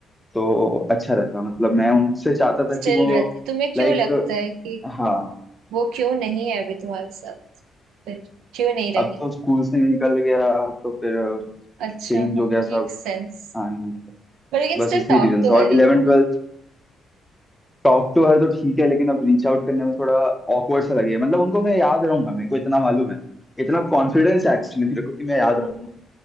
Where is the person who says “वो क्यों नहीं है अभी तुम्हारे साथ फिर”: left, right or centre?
Right